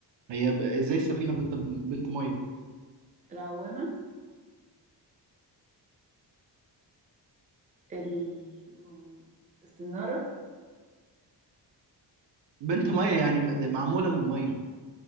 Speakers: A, on the right; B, on the right.
A: هي ب... إزاي السفينة بنت بنت مية
B: العوامة ال- السنارة
A: بنت مية يعني م- معمولة من مية